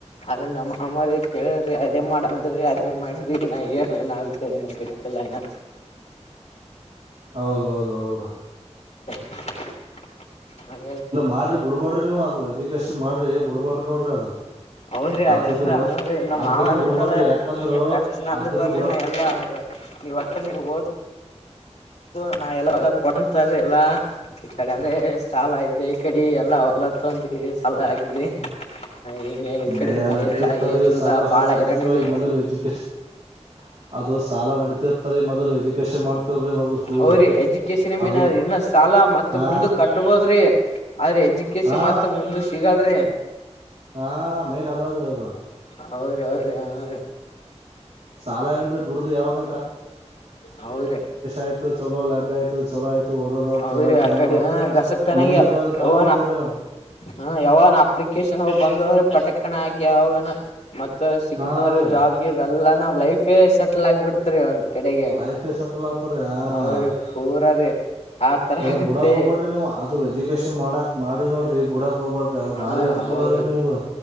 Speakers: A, on the left; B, on the right.
A: ಅ್ರ ನಮ್ಮ ಅಮ್ಮರಿ ಕೇಳ್ರಿ ಅದೇ ಮಾಡಂದ್ರಿ ಅದೇ ಮಾಡ್ದಿ ನ ಏನ್ ಏನ್ ಆಗದೆ ಏನ ಬಿತ್ತಲ್ಲ ಇನ್ನ.
B: ಹೌದೌದ ಹೌದ್ರಿ
A: <inaudible> <unintelligible>
B: ಮಾಡ್ರಿ ಬಿಡ್ಬಾಡ್ರಿ ನೀವು ಅದು ಎಜುಕೇಶನ್ ಮಾಡ್ರಿ ಬಿಡ್ಬಾಡ್ರಿ ನೋಡ್ರಿ ಅದ
A: ಹೌದ್ರಿ
B: ಅರ್ಧಕ್ಕ
A: ಅದೆಲ್ಲ
B: ಬಿಡಕ್
A: ಅವ್ರ ನಮ್ಮ್
B: ಅರ್ಧಕ್ಕ
A: ಮಾವನ
B: ಬಿಡ್ಬ್ಯಾಡ್ರಿ
A: ಬಿಡಲ್ಲಾರೀ
B: ಯಾಕಂದ್ರ
A: ಖರ್ಚು ನಂದು
B: ಅರ್ಧಕ್ಕ
A: ಬರ್ಲಿನ
B: ಬಿಡಕ್
A: ಎಲ್ಲೂ ನೀವ್ ಒಟ್ಟ ನೀವು ಹಓದು. ಅದು ನಾವು ಎಲ್ಲಾ ಕೊಡಂತಾರ ಎಲ್ಲಾ ಈ ಕಡೆ ಅಂದ್ರೆ ಸಾಲ ಇದೆ ಕಡೆ ಎಲ್ಲಾ ಹೊಲ ತಂದ ಸಾಲ ಆಗಿದೆ. ಹಿಂಗೆ ಈ ಕಡೆ
B: ಏ
A: ಮಳೆ
B: ನಡತಿರ್ತಾರೀ
A: ಇಲ್ಲ ಏನು ಇಲ್ಲ
B: ಸಾಲ ಸಾಲ
A: ಬಾಳ
B: ನಡತಿರ್ತಾರ
A: ಹೈರಾಣ ಇದೆ
B: ಈ ಮೊದಲ್ ಎಜುಕೇಶನ್. ಅದು ಸಾಲ ನಡತಿರ್ತಾರ ಈ ಮೊದಲ್ ಎಜುಕೇಶನ್ ಮಾಡ್ತವ್ರಿ ಮೊದಲ್ ಫುಲ್
A: ಅವ್ರಿ ಎಜುಕೇಶನ್ ಮೀನ್
B: ಅದು
A: ಇನ್ನ ಸಾಲ ಮತ್ತ್
B: ಹಾ
A: ಮುಂದ್ ಕಟ್ಬೋದ್ರಿ ಆದ್ರ ಎಜುಕೇಶನ್
B: ಹಾ
A: ಮತ್ ಮುಂದಕ್ ಸಿಗಲ್ರಿ.
B: ಹಾ ಮೇನ್ ಅದಾದ್ರೆ ಅದು.
A: ಹೌದು ಹೌದ್ ರಿ ಹಾ ರಿ
B: ಸಾಲ ಏನ್ರೀ ದುಡಿದ್ದು ಯಾವಾಗ್
A: ಹೌದ್ರ
B: ಆಯ್ತು ಚಲೋ ಲಭ್ಯ ಆಯ್ತು ಚಲೋ ಆಯ್ತು ಓದೋದ
A: ಹೌದ್ರಿ
B: ಚಲೋ ಆಯ್ತು
A: ಆ
B: ಅಂದ್ರ
A: ಕಡೆ
B: ಮತ್
A: ಹ ಗಸ ಕನ
B: ಮುಂದಕ್ಕ
A: ಯಾವ
B: ಕಟ್ಬೋದಲ್ರಿ ನಾವ್
A: ಹ ಯಾವನಾ ಅಪ್ಲಿಕೇಶನ್ ಬಂದಂದ್ರೆ ಪಟಕ್ ಕಣ ಹಾಕಿ ಯಾವಾಗನ ಮತ್ತ ಸಿಕ್ತ್ಂದ್ರೆ
B: ಹಾ ರೀ
A: ಜಾಬ್ಗೆ ಇಲ್ಲ. ಎಲ್ಲಾ ನಾವ್ ಲೈಫೇ ಸೆಟಲ್ ಆಗ್ಬಿಡ್ತು <unintelligible> ಕಡೆಗೆ
B: ಲೈಫೇ ಸೆಟಲ್ ಆತರಿ ಹಾ
A: ಹೌದ್ರೀ ಪೂರ್ ರೀ ಆತರ
B: ಎಲ್ಲ
A: ಆಗುತ್ತೆ
B: ಬುಡಾಕ್ ಹೋಗ್ಬ್ಯಾಡ್ರಿ ನೀವು ಅದು ಎಜುಕೇಶನ್ ಮಾಡಾಕ್ ಮಾಡಿರಲ್ರಿ ಬುಡಾಕ್ ಹೋಗ್ಬ್ಯಾಡ್ರಿ ಅದು
A: ಹ
B: ಭಾರಿ ಅನುಕೂಲ
A: ಹೌದ್ರಿ
B: ಅದ್ರಿ ನಿಮ್ಗ